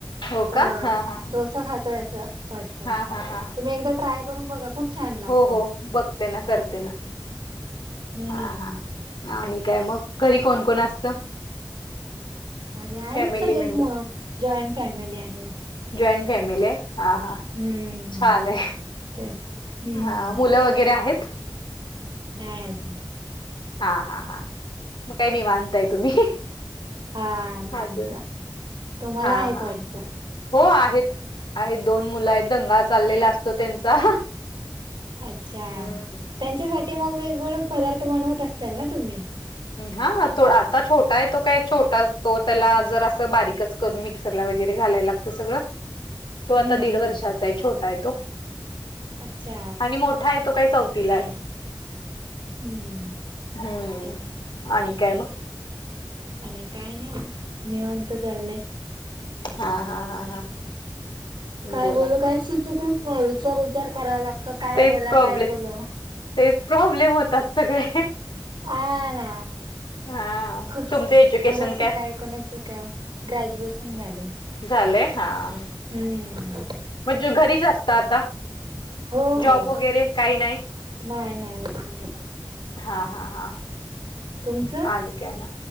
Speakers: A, on the left; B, on the right.
A: हो
B: तर
A: का? हां हां
B: डोसा खातोय अस वाटतं.
A: हां हां हां
B: तुम्ही एकदा ट्राय करून बघा. खूप छान लागतो.
A: हो हो. बघते ना, करते ना.
B: हम्म.
A: हा हा. आणि काय मग? घरी कोण कोण असतं?
B: घरे आहेत
A: फॅमिली
B: सगळेच
A: मेंबर
B: म जॉईंट फॅमिली आहे.
A: जॉईंट फॅमिली आहे? हा हा.
B: हम्म.
A: छान आहे,
B: तेच हम्म
A: हा. मुलं वगैरे आहेत?
B: नाय आजून.
A: हा हा हा. मग काय निवांतय तुम्ही.
B: हा निवांत.
A: अजून
B: तुम्हाला
A: हां
B: आहेत
A: हां
B: वाटतं?
A: हो आहेत. आहेत दोन मुलं आहेत. दंगा चाललेला असतो त्यांचा.
B: अच्छा!
A: हम्म
B: त्यांच्यासाठी मग वेगवेगळे पदार्थ बनवत असाल ना तुम्ही?
A: अं हा. आता छोटा आहे तो काय छोटाच तो त्याला जर असं बारीकच करून मिक्सरला वगैरे, घालायला लागतं सगळं. तो
B: हम्म
A: आता दीड
B: हम्म.
A: वर्षाचा आहे छोटा आहे तो.
B: अच्छा
A: आणि मोठ ठा आहे तो काय चौथीला आहे.
B: हं हं.
A: हं. आणि काय मग?
B: आणि काय नाय मग. निवांत चाललंय.
A: हा हा हा हा.
B: काय
A: बोला
B: बोलू काय सुचतच नाय. विचार विचार कराव लागतं काय
A: तेच
B: बोला
A: प्रॉब्लेम
B: काय बोलू?
A: तेच प्रॉब्लेम होतात सगळे.
B: हा ना.
A: हा
B: खूपचं
A: तुमचं एज्युकेशन
B: कोणाशी काय? कोणाशी काय? ग्रॅज्युएशन झालंय.
A: झालंय? हां.
B: हं.
A: म्हणजे घरीच असता आता?
B: हो
A: जॉब
B: हो.
A: वगैरे काही नाही
B: नाय नाय अजून नाय.
A: हा हा हा हा.
B: तुमचं
A: आणि काय म?